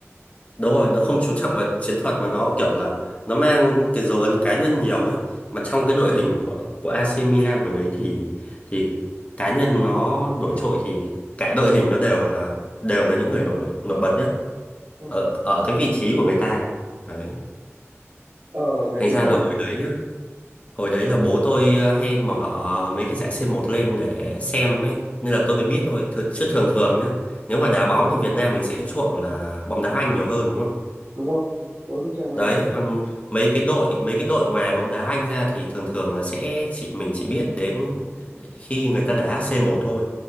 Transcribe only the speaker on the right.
Ờ,
ở cái
thời
đúng không tôi thích xem anh